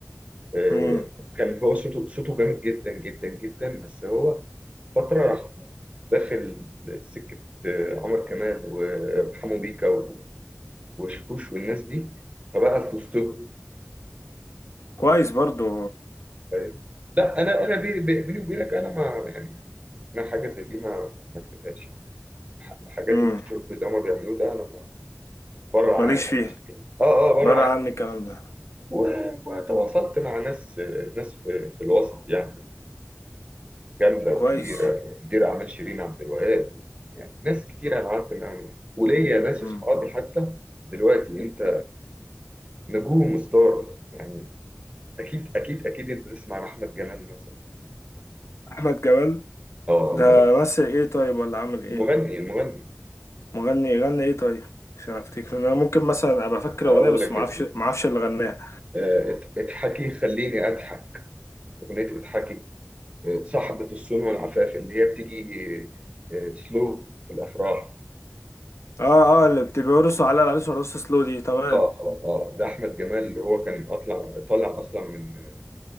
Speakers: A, on the right; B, on the left.
A: آه،
B: امم
A: كان هو صوته صوته جامد جدا جدا جدا بس هو فترة راح داخل سكة آه، عمر كمال وحمو بيكا و- وشاكوش والناس دي فبقى في وسطهم
B: كويس برضو
A: فاهم؟ لا أنا أنا بي- بي- بيني وبينك أنا ما يعني أنا حاجة زي دي ما ما كتبهاش يعني. الح- الحاجات
B: امم
A: الشرب اللي هما بيعملوه ده أنا ما- بره عني
B: ماليش
A: خالص.
B: فيه
A: آه آه بره
B: بره
A: عني
B: عني الكلام ده
A: و- وتواصلت مع ناس آه، ناس في في الوسط يعني جامده
B: كويس
A: وكبيره مدير اعمال شيرين عبد الوهاب يعني ناس كتير انا قعدت معاهم وليا ناس
B: مم.
A: اصحابي حتى دلوقتي انت نجوم وستار يعني اكيد اكيد اكيد انت تسمع عن احمد جمال مثلا
B: احمد جمال
A: اه
B: ده
A: المغني
B: مثل ايه طيب ولا عمل ايه
A: المغني المغني
B: مغني غنى ايه طيب عشان افتكر انا ممكن مثلا ابقى فاكر
A: اقول
B: اغنيه بس
A: لك
B: ما
A: يا
B: اعرفش
A: سيدي
B: ما اعرفش اللي غناها
A: آه، ات- اضحكي خليني اضحك اغنيه اضحكي آه، صاحبه الصون والعفاف اللي هي بتيجي سلو في الافراح
B: اه اه اللي بيرقصوا على العريس ورقص سلو دي تمام
A: اه اه آه، ده احمد جمال اللي هو كان اطلع طالع اصلا من